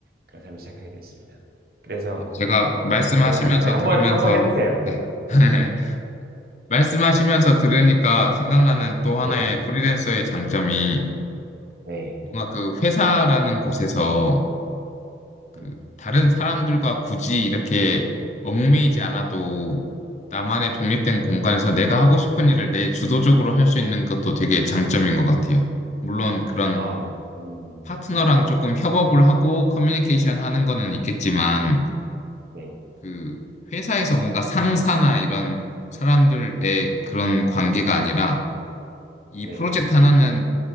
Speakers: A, on the right; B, on the left.
A: 그런 삶을 시작하게 됐습니다. 그래서
B: 어, 제가
A: 아
B: 말씀하시면서
A: 좋아요. 네 한번
B: 들으면서,
A: 한번 해보세요.
B: 네. <laughs> 말씀하시면서 들으니까 생각나는 또
A: 네,
B: 하나의 프리랜서의 장점이
A: 네,
B: 뭔가 그 회사라는 곳에서 그
A: 음,
B: 다른 사람들과 굳이 이렇게 얽매이지 않아도 나만의 독립된 공간에서 내가 하고 싶은 일을 내 주도적으로 할 수 있는 것도 되게 장점인 것 같아요. 물론 그런
A: 아, 맞, 음,
B: 파트너랑 조금 협업을 하고 커뮤니케이션 하는 거는 있겠지만
A: 네,
B: 그 회사에서 뭔가 상사나 이런 사람들의 그런 관계가 아니라 이
A: 네.
B: 프로젝트 하나는